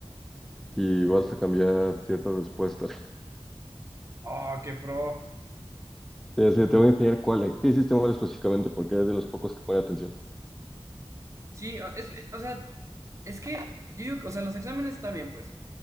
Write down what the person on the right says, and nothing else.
Oh, qué pro.
Sí, o- es, o sea, es que, yo digo, o sea, los exámenes están bien, pues,